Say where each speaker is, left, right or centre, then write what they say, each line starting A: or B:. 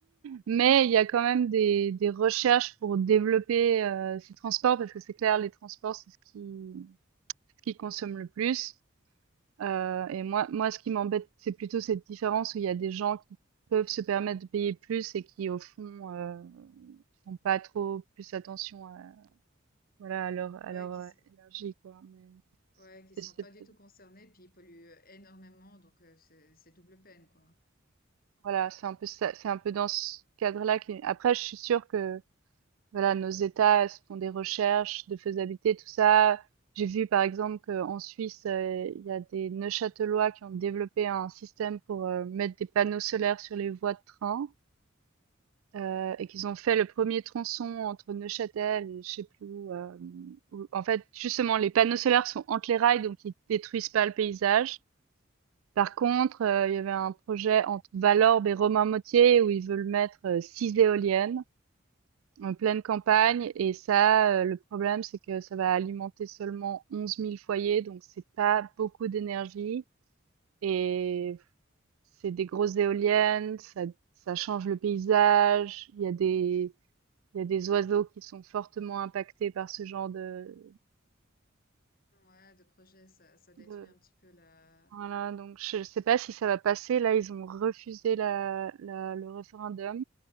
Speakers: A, on the right (about 85°); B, on the left (about 45°).
A: Mais il y a quand même des, des recherches pour développer euh, ces transports parce que c'est clair, les transports, c'est ce qui, ce qui consomme le plus. Euh, et moi, moi, ce qui m'embête, c'est plutôt cette différence où il y a des gens qui peuvent se permettre de payer plus et qui, au fond, euh, font pas trop plus attention à, voilà, à leur, à
B: Ouais,
A: leur
B: qui
A: euh,
B: se,
A: énergie, quoi. Mais
B: ouais, qui se
A: c'est,
B: sentent
A: c'est
B: pas
A: plus-
B: du tout concernés, puis ils polluent énormément, donc euh, c'est c'est double peine, quoi.
A: voilà, c'est un peu ça, c'est un peu dans ce cadre-là qui, après, je suis sûre que Voilà, nos États se font des recherches de faisabilité, tout ça. J'ai vu par exemple qu'en Suisse, heu, il y a des Neuchâtelois qui ont développé un système pour, heu, mettre des panneaux solaires sur les voies de train, heu, et qu'ils ont fait le premier tronçon entre Neuchâtel et je sais plus où, hem, où en fait justement les panneaux solaires sont entre les rails donc ils détruisent pas le paysage. Par contre, heu, il y avait un projet entre Valorbe et Romainmôtier où ils veulent mettre, heu, 6 éoliennes en pleine campagne et ça, heu, le problème, c'est que ça va alimenter seulement 11 000 foyers, donc c'est pas beaucoup d'énergie et c'est des grosses éoliennes, ça ça change le paysage. Il y a des il y a des oiseaux qui sont fortement impactés par ce genre de
B: Ouais, de projet, ça, ça détruit
A: de
B: un petit peu la...
A: voilà, donc je sais pas si ça va passer. Là, ils ont refusé la la le référendum.